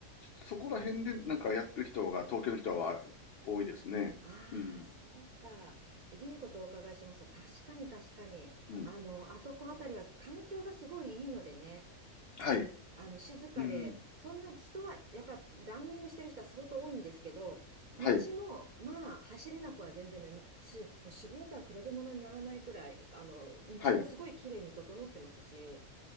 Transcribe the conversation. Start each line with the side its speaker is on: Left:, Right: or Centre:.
Left: そこら辺でなんかやってる人が、東京の人は多いですね。
Right: ああ、
Left: うん。
Right: そうか。いいことをお伺いしました。確かに確かに。
Left: うん。
Right: あの、あそこあたりは環境がすごいいいのでね。
Left: はい。
Right: あの、静かで、
Left: うん。
Right: そんな人は、やっぱランニングしてる人は相当多いんですけど、
Left: はい。
Right: 道も、まあ、走れなくは全然ない。まあす、もう渋谷とは比べ物にならないくらい、あの、道もすごい綺麗に整ってますし、
Left: はい。